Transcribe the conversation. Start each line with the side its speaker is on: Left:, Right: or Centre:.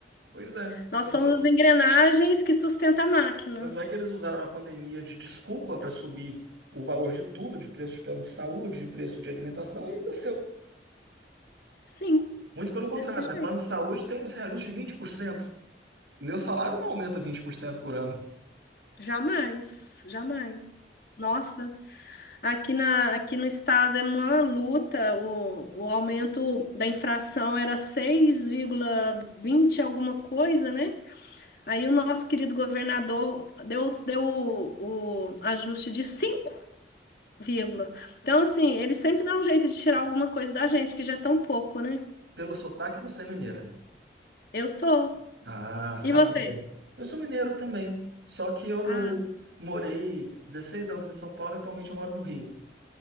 Right: Pois é.
Left: Nós
Right: Tanto,
Left: somos as engrenagens que sustentam a máquina.
Right: tanto é que eles usaram a pandemia de desculpa para subir o valor de tudo, de preço de plano de saúde, de preço de alimentação,
Left: É.
Right: e ainda
Left: Sim,
Right: Muito pelo contrário,
Left: desse jeito.
Right: né? Plano de saúde tem uns reajustes de vinte por cento Meu salário não aumenta vinte por cento por ano.
Left: Jamais, jamais. Nossa. Aqui, na, aqui no estado é uma luta, o, o aumento da infração era seis vírgula vinte alguma coisa, né? Aí o nosso querido governador deu, deu o, o ajuste de 5 vírgula. Então, assim, ele sempre dá um jeito de tirar alguma coisa da gente, que já é tão pouco, né?
Right: Pelo sotaque, você é mineira.
Left: Eu sou.
Right: Ah, sabe?
Left: E você?
Right: mineira. Eu sou mineiro também. Só que eu
Left: Ah,
Right: morei 16 anos em São Paulo e atualmente eu moro no Rio.